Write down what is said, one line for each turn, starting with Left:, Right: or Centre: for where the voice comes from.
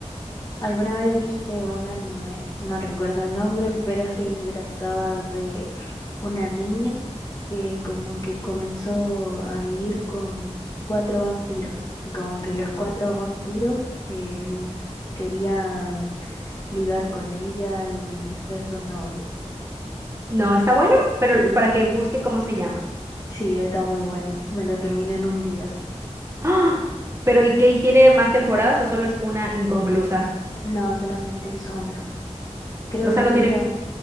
Left: ¿Alguna vez viste un anime? No recuerdo el nombre, pero sí se trataba de una niña que como que comenzó a vivir con cuatro vampiros. Y como que los cuatro vampiros eh, querían ligar con ella y ser sus novios.
Right: No, está bueno, pero para que busque cómo se llama.
Left: Sí, está muy bueno. Me lo terminé en un día.
Right: ¡Ah! Pero ¿y qué? ¿Y tiene más temporadas o solo es una inconclusa?
Left: No, solamente es una. Creo
Right: O sea,
Left: que empieza,
Right: no tiene,